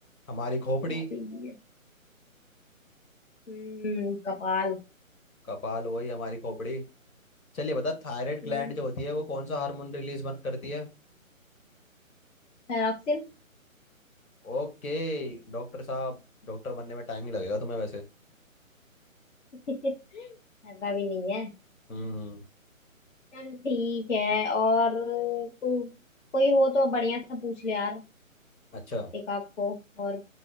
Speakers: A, on the left; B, on the left.
A: हमारी
B: है
A: खोपड़ी
B: बहुत इजी है हम्म कपाल
A: कपाल वही हमारी खोपड़ी चलिए बता थायराइड ग्लैंड
B: हम्म
A: जो होती है वो कौन सा हार्मोन रिलीज बंद करती है
B: थायरॉक्सिन
A: ओके डॉक्टर साहब डॉक्टर बनने में टाइम ही लगेगा तुम्हें वैसे
B: <laughs> ऐसा भी नहीं है
A: हम्म
B: चल ठीक है और को, कोई हो तो बढ़िया सा पूछ ले यार
A: अच्छा
B: एक आध को और